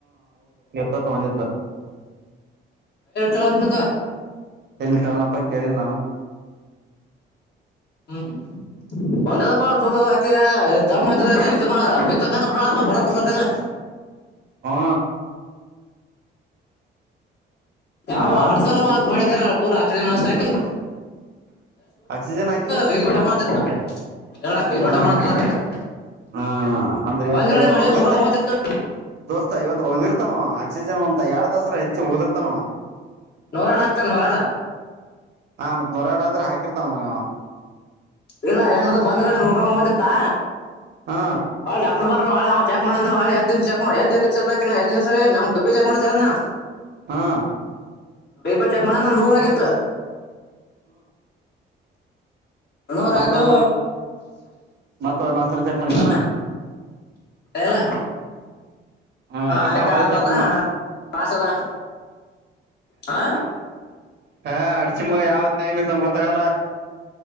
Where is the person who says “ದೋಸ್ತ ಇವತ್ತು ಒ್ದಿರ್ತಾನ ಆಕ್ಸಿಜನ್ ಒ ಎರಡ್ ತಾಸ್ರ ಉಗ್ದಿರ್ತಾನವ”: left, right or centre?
Right